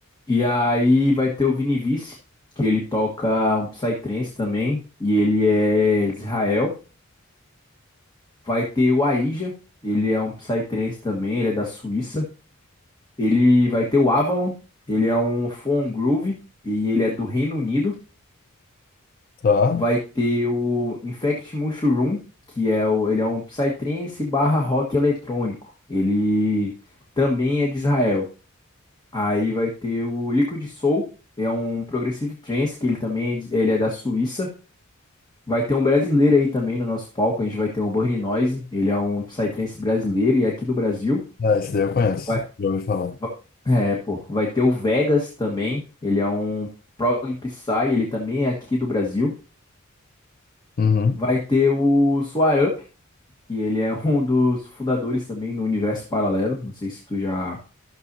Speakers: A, on the left (about 20°); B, on the left (about 40°).
A: E aí vai ter o Vini Vici, que ele toca um psytrance também, e ele é de Israel. Vai ter o Aija, ele é um psytrance também, ele é da Suíça. Ele vai ter o Avalon, ele é um Foam Groove, e ele é do Reino Unido.
B: Tá.
A: Vai ter o Infect Mushroom, que é o, ele é um psytrance barra rock eletrônico. Ele também é de Israel. Aí vai ter o Liquid Soul, é um Progressive Trance, que ele também é, de- ele é da Suíça. Vai ter um brasileiro aí também no nosso palco, a gente vai ter o Burning Noise, ele é um Psytrance brasileiro e é aqui do Brasil.
B: Ah, esse daí eu conheço.
A: Vai,
B: Já ouvi falar.
A: va- é, pô, vai ter o Vegas também, ele é um Prog Psy, ele também é aqui do Brasil.
B: Uhum.
A: Vai ter o Soar Up, que ele é <laughs> um dos fundadores também do Universo Paralelo, não sei se tu já,